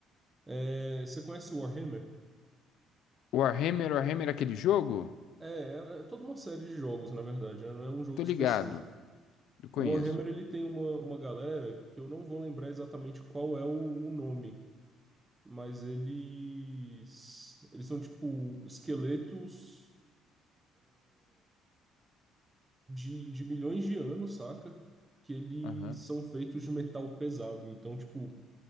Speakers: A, on the right; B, on the left.
A: é, você conhece Warhammer?
B: Warhammer, Warhammer, é aquele jogo?
A: É, é, é toda uma série de jogos, na verdade, né? Não é um jogo
B: Tô
A: específico.
B: ligado. Eu conheço.
A: O Warhammer, ele tem uma, uma galera que eu não vou lembrar exatamente qual é o o nome. mas eles eles são tipo esqueletos de, de milhões de anos, saca? Que eles
B: Aham.
A: são feitos de metal pesado. Então, tipo,